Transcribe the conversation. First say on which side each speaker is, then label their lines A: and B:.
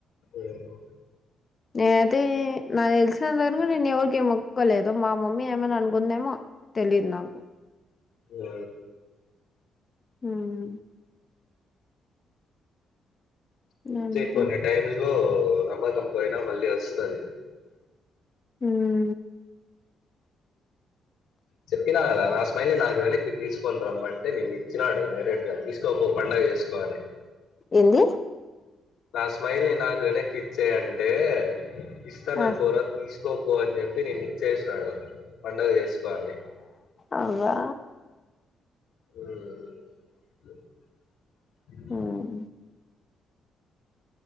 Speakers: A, on the left (about 70°); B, on the left (about 30°).
A: ఏమో
B: నేనాతే నాక్ తెలిసినంతవొరకు నిన్ ఎవరికీ మొక్ ఒక్కలేదు మా మమ్మీ ఏమన్నా అనుకుందేమో తెలిద్ నాకు
A: యు
B: మ్ అంతే
A: చెప్పున్నే టైమ్ లో నమ్మకం పోయినా మళ్ళీ ఒస్తాది
B: హుమ్
A: చెప్పినాగద నా స్మైల్ ని నాకు వెనె తి తీసుకని రమ్మంటే నిన్నిచ్చినాడు డైరెక్ట్గా తీసుకోపో పండగ జేస్కో అని
B: ఏంది
A: నా స్మైల్ ని నాకు వెనక్కి ఇచ్చేయి అంటే ఇస్తానన్
B: ఆ
A: పోరా తీసుకోపో అని జెప్పి నిన్న ఇచ్చేసి నాడు పండగ జేస్కో అని
B: అవ్వా
A: ఉమ్
B: ఉమ్